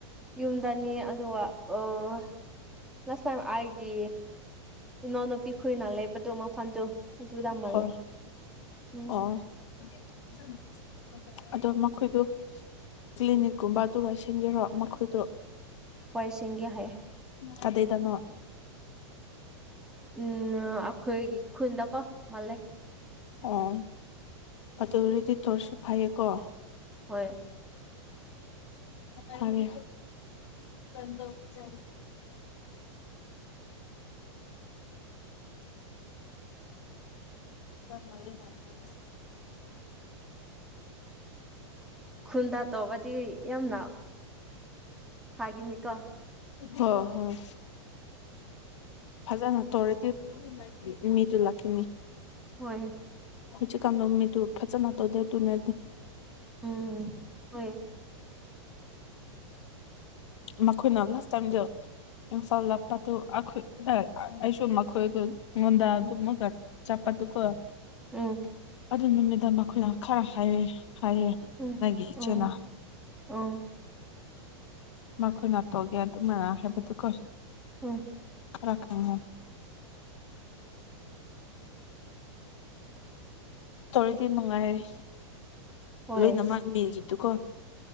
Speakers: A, in the centre; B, on the left.
A: ꯌꯨꯝꯗꯅꯤ ꯑꯗꯨꯒ ꯑꯣ ꯂꯁ ꯇꯥꯏ ꯍꯥꯏꯒꯦ ꯏꯅꯣꯅ ꯄꯈꯨꯣꯏ ꯅ ꯂꯩ ꯗꯃꯥ ꯐꯥꯟꯗꯣ ꯑꯗꯨ ꯑꯗꯨꯗꯝ ꯅ
B: ꯍꯣꯏ
A: ꯂꯩꯦ ꯎꯝ
B: ꯑꯣ <inaudible> ꯑꯗꯣ ꯃꯈꯣꯏꯗꯣ ꯀ꯭ꯂꯤꯅꯤꯛꯀꯨꯝꯕ ꯑꯗꯨꯒ ꯁꯦꯝꯟꯒꯔꯣ ꯃꯈꯣꯏꯗꯣ
A: ꯍꯏꯁꯤꯡꯒꯦ ꯍꯥꯏ
B: ꯀꯗꯩꯗꯅꯣ
A: ꯎꯝ ꯑꯈꯣꯏ ꯈꯨꯟꯗꯀꯣ ꯃꯜꯦ
B: ꯑꯣ ꯑꯗꯨꯔꯗꯤ ꯊꯣꯔꯁꯨꯞ ꯐꯥꯏꯌꯦꯀꯣ
A: ꯍꯣꯏ
B: ꯐꯔꯦ ꯀꯗꯣ ꯆ <inaudible> ꯎ
A: <inaudible> ꯈꯨꯟꯗ ꯇꯧꯕꯗꯤ ꯌꯥꯝꯅ ꯊꯥꯒꯤꯅꯤꯀꯣ
B: ꯍ ꯍꯣꯏ ꯐꯖꯅ ꯇꯧꯔꯗꯤ ꯃꯤꯗꯨ ꯂꯥꯛꯈꯤꯅꯤ
A: ꯍꯣꯏ
B: ꯆ ꯀꯥꯟ ꯂ ꯃꯤ ꯇ ꯎ ꯐꯆ ꯅꯅꯥꯠꯇꯧꯗꯦ ꯇꯨꯅ
A: ꯎꯝ ꯍꯣꯏ
B: ꯃꯈꯣꯏꯅ ꯂꯥꯁ ꯇꯥꯏꯝꯗ ꯏꯝꯐꯥꯜ ꯂꯞꯄꯗꯨ ꯑꯩꯈꯣꯏ ꯑꯩꯁꯨꯨꯝ ꯃꯈꯣꯏꯒꯉꯣꯟꯗ ꯑꯗꯨꯝꯃꯒ ꯆꯠꯄ ꯑꯗꯨꯗꯨ ꯀ
A: ꯎꯝ
B: ꯑꯗꯨ ꯅꯨꯃꯤꯗꯥꯡ ꯑꯩꯈꯣꯏꯅ ꯈꯔ ꯍꯥꯏꯔꯦ ꯍꯥꯏꯌꯦ
A: ꯎꯝ
B: ꯅꯪꯒꯤ ꯏꯆꯦꯅꯥ
A: ꯎꯝ ꯎꯝ
B: ꯃꯈꯣꯏ ꯅꯥꯊꯣꯛꯒꯦ ꯑꯗꯨꯃꯅ ꯍꯥꯏꯕꯗꯨ ꯀꯣ
A: ꯎꯝ
B: ꯔ ꯍꯥꯏ ꯇꯧꯔꯗꯤ ꯅꯨꯡꯉꯥꯏꯔꯦ
A: ꯍꯣꯏ
B: ꯂꯣꯏꯅꯃꯛꯥꯟꯕꯤꯈꯤꯕ ꯇꯨꯀꯣ